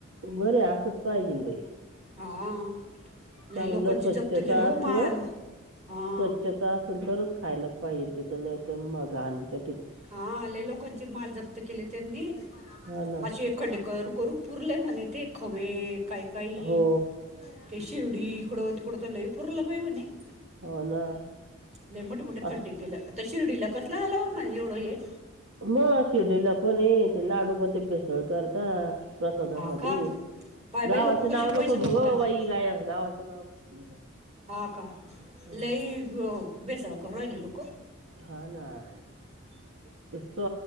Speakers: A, on the right; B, on the right.
A: बरेय असंच पाहिजे ना बाई.
B: हा लय
A: चांगलं
B: लोकांची
A: स्वच्छता
B: जप्त केले हो
A: असल
B: माल
A: स्वच्छता
B: हा
A: असल तरच खायला पाहिजेल तिथं नाही तर मग घाण च
B: हा आले लोकांचे माल जप्त केले त्यांनी
A: हा ना
B: असे खड्ड करू करू पूरले म्हने ते ख <inaudible> काय काही
A: हो
B: ते शिर्डी इकड तिकड तर लयपूरला बाई म्हणे <inaudible>
A: हो. ना.
B: नाही मोठे-मोठे
A: अस-
B: खड्डे केलं, आता शिर्डीला कसलं आला एवढं हे.
A: मग शिर्डीला पण ये, ते लाडूमध्ये भेसळ करतात. प्रसादामध्ये.
B: हा का पाय बाई
A: गावाचं
B: लोक कसे
A: नाव
B: पैसे
A: नको घेऊ,
B: कमा करतात
A: बाई गाय गावाचं नाव नको घेऊ.
B: हा का
A: हं.
B: लई बेसळ करून राहिले लोक.
A: हा ना सो